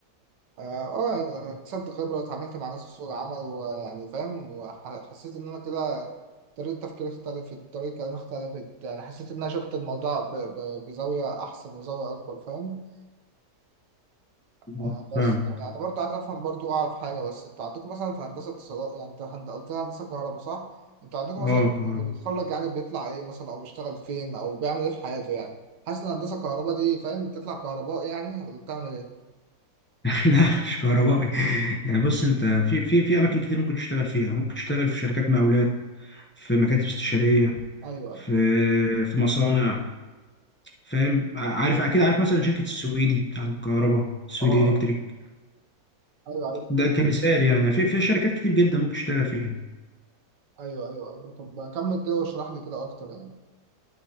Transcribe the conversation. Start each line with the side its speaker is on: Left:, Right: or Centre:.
Right: آه آه، اكتسبت خبرة واتعاملت مع ناس في سوق العمل ويعني فاهم وحسيت إن أنا كده طريقة تفكيري اختلفت طريقة كلامي اختلفت يعني حسيت إن أنا شفت الموضوع ب- ب- بزاوية أحسن وزاوية أكبر فاهم
Left: آه.
Right: آه بس
Left: فاهمك
Right: يعني برضه عايز افهم برضه اعرف حاجه بس انتوا عندكم مثلا في هندسه اتصالات يعني انت هند- قلت لي هندسه كهرباء صح؟ انتوا عندكم مثلا
Left: اه كهرباء
Right: اللي بيتخرج يعني بيطلع ايه مثلا او بيشتغل فين او بيعمل ايه في حياته يعني؟ حاسس ان هندسه كهرباء دي فاهم بتطلع كهرباء يعني ولا بتعمل ايه؟
Left: <laughs> لا مش كهربائي يعني بص انت في في في اماكن كتير ممكن تشتغل فيها ممكن تشتغل في شركات مقاولات في مكاتب استشارية
Right: ايوه
Left: في
Right: ايوه
Left: في مصانع فاهم عارف أكيد عارف مثلا شركة السويدي بتاعت الكهرباء السويدي
Right: اه اه
Left: إلكتريك
Right: ايوه عارف
Left: ده كمثال يعني في في شركات كتير جدا ممكن تشتغل فيها
Right: ايوه ايوه ايوه طب كمل كده واشرح لي كده اكتر يعني